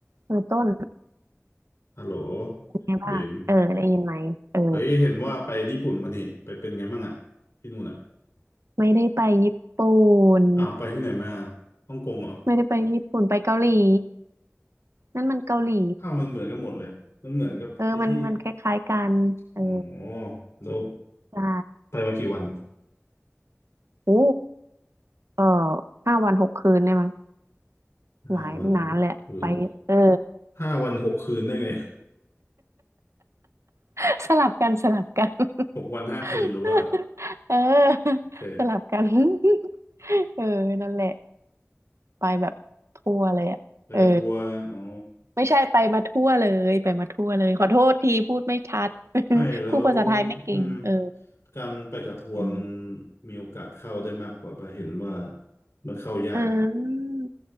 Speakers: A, on the right; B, on the left.
A: เออต้น
B: ฮัลโหล
A: ไงบ้างเออได้ยินไหมเออ
B: บิมเฮ้ยเห็นว่าไปญี่ปุ่นมานี่ไปเป็นไงบ้างอะที่นู่นอะ
A: ไม่ได้ไปญี่ปุ่น
B: อ้าวไปที่ไหนมาฮ่องกงเหรอ
A: ไม่ได้ไปญี่ปุ่นไปเกาหลีนั่นมันเกาหลี
B: อ้าวมันเหมือนกันหมดเลยมันเหมือนกับไอ้ที่
A: เออมันมันคล้ายๆกันเออ
B: อ๋อแล้ว
A: ใช่
B: ไปมากี่วัน
A: โอ้เออห้าวันหกคืนเนี่ยมั้ง
B: ห้าวันหกคืน
A: หลายนานแหลยอะไปเออ
B: ห้าวันหกคืนได้ไง
A: <laughs> สลับกันสลับกัน
B: <laughs> หกวันห้าคืนหรือว่า
A: <laughs> เออสลับกัน
B: โอเค
A: <laughs> เออนั่นแหละไปแบบทั่วเลยอ่ะเออ
B: ไปกับทัวร์อ๋อ
A: ไม่ใช่ไปมาทั่วเลยไปมาทั่วเลยขอโทษทีพูดไม่ชัด <laughs>
B: ไม่แล้ว
A: พูดภาษาไทยไม่เก่งเออ
B: อืมการไปกับทัวร์มัน
A: อืม
B: มีโอกาสเข้าได้มากกว่าปะเห็นว่ามันเข้ายาก
A: อ่า